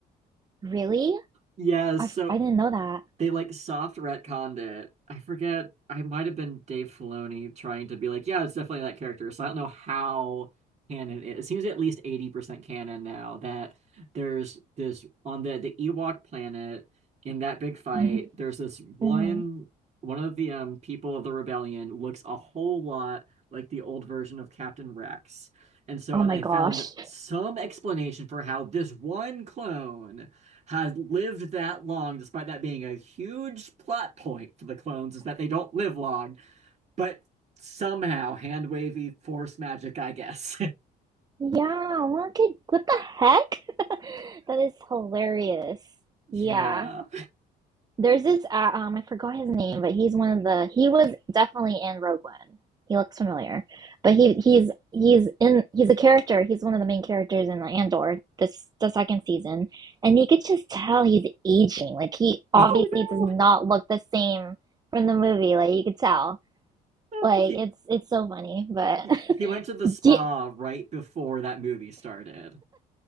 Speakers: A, on the right (about 25°); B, on the right (about 40°).
A: Really?
B: Yes,
A: I,
B: so
A: f- I didn't know that.
B: They like soft retconned it. I forget. I might have been Dave Filoni trying to be like, yeah, it's definitely that character. So I don't know how canon it, is. it seems at least 80% canon now that there's this on the the Ewok planet in that big fight,
A: <laughs>
B: there's this one
A: hmm
B: one of the um people of the rebellion looks a whole lot like the old version of Captain Rex. And so
A: Oh
B: I
A: my gosh.
B: found some explanation for how this one clone has lived that long, despite that being a huge plot point for the clones, is that they don't live long, but somehow hand wavy force magic, I guess.
A: Yeah, what, could, what the heck? <laughs> That is hilarious.
B: <laughs>
A: Yeah.
B: yeah.
A: There's this uh, um I forgot his name, but he's one of the he was definitely in Rogue One. He looks familiar. But he he's he's in he's a character. He's one of the main characters in Andor this the second season. And you could just tell he's aging. Like he obviously
B: Oh no.
A: does not look the same from the movie. Like you could tell.
B: Oh,
A: Like
B: he,
A: it's it's so funny, but
B: he he went
A: <laughs>
B: to the spa
A: Di
B: right before that movie started.